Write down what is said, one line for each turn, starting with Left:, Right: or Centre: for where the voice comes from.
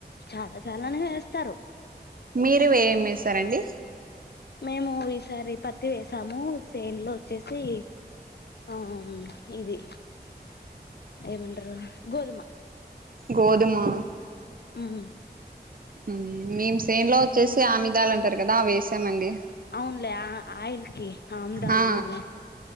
Left: చాలా చాలానే వేస్తారు
Right: మీరు ఏం వేస్సరండి
Left: మేము ఈసారి పత్తి వేసాము సేన్లో వచ్చేసి ఆమ్ ఇది ఏమంట్రరు గోధుమ.
Right: గోధుమా
Left: మ్ మ్
Right: మ్ మేం సేన్లోచ్చేసి ఆమిదాలంటారు కదా అవేసామండి
Left: అవున్లే ఆ ఆయిల్కి ఆమ్దాల
Right: ఆ
Left: నూనె